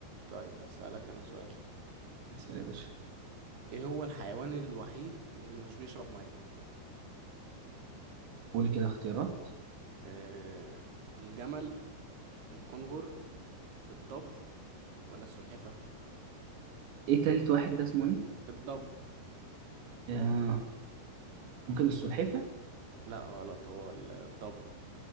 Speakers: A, on the right; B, on the right.
A: طيب هسألك انا سؤال
B: اسأل يا باشا
A: ايه هو الحيوان الوحيد اللي مش بيشرب مية
B: قول كده اختيارات
A: آه الجمل الكنغر الضب ولا السلحفة
B: ايه تالت واحد ده اسمه ايه؟
A: الضب
B: آه ممكن السلحفة؟
A: لا غلط هو ال- الضب